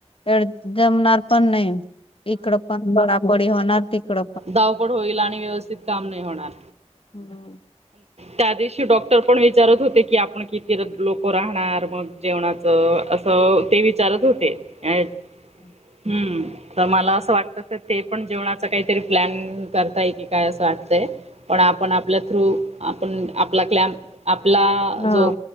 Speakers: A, on the left (about 50°); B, on the right (about 65°).
A: धड जमणार पण नाही. इकडं पण बडबडी होणार, तिकड
B: धावपड होईल आणि व्यवस्थित काम नाही होणार.
A: हम्म.
B: त्या दिवशी डॉक्टर पण विचारत होते की आपण किती लोक राहणार मग जेवणाच असं ते विचारत होते. हम्म तर मला असं वाटत क ते पण जेवणाच काही तरी प्लॅन करताय की काय असं वाटतंय पण आपण आपल्या थ्रू, आपण आपला क्लॅम आपला
A: हा
B: जो